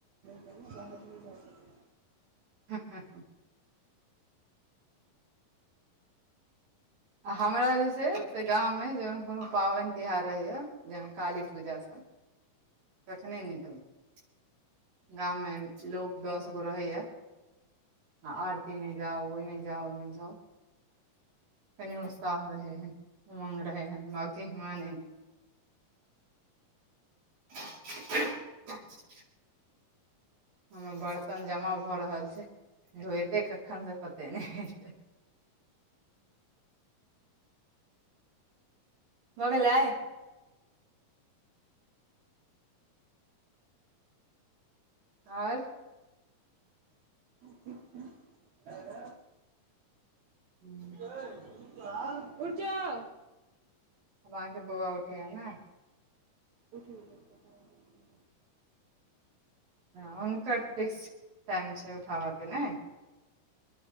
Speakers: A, on the right; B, on the right.
A: <inaudible> बाहर ने जा सकै।
B: <inaudible> आ हमरा जे छै से गाँवमे जे कोनो पाबनि तिहार रहैया। जेहन काली पूजा सब तखने नीकलत। गाम में लोक दस गो रहैया। हाँ आरतीमे जाउ ओहिमे जाउ ओमे जाउ। कनी उत्साह रहे है उमंग रहे है बाकी मन। <inaudible> हमर बर्तन जमा भऽ रहल छै धोएते कखन से पते नहि। भगेलै। और।
A: ठीक छै।
B: हूँ।
A: <unintelligible> उठजाउ।
B: अब अहाँके बौआ उठैया न।
A: उठ गलै <inaudible>
B: हुनकर फिक्स टाइम छैय उठाब के नै।